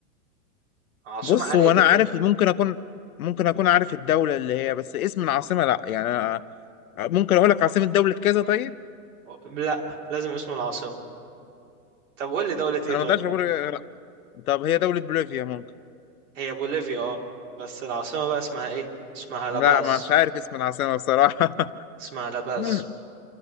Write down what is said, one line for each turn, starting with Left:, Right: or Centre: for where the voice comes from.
Right: عاصمة
Left: بص
Right: عالية
Left: هو
Right: جدا
Left: أنا عارف ممكن أكون ممكن أكون عارف الدولة اللي هي بس اسم العاصمة لأ يعني ممكن اقول لك عاصمة دولة كذا طيب
Right: لا لازم اسم العاصمة طب قول لي دولة ايه
Left: انا
Right: طيب
Left: ما اقدرش اقول غير- طب هي دولة بوليفيا ممكن
Right: هي بوليفيا اه بس العاصمة بقى اسمها ايه اسمها
Left: لا
Right: لاباز
Left: مش عارف اسم العاصمة بصراحة
Right: اسمها لاباز
Left: <laughs>